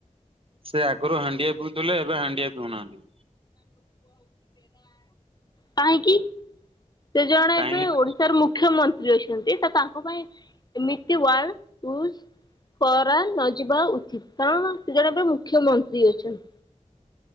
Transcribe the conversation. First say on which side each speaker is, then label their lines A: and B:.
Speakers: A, on the right; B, on the left.
A: ସେ ଆଗରୁ ହାଣ୍ଡିଆ ପିଉଥିଲେ ଏବେ ହାଣ୍ଡିଆ ପିଉ ନାହାନ୍ତି।
B: କାହିଁକି ସେ ଜ
A: କାହିଁକି।
B: ସାର୍ ମୁଖ୍ୟମନ୍ତ୍ରୀ ଅଛନ୍ତି ତ ତାଙ୍କ ପାଇଁ ଏମିତି ବଡ଼ ଇଉଜ୍। କରା ନ ଯିବା ଉଚିତ କାରଣ ସେ ଜଣେ ଏବେ ମୁଖ୍ୟମନ୍ତ୍ରୀ ଅଛନ୍ତି।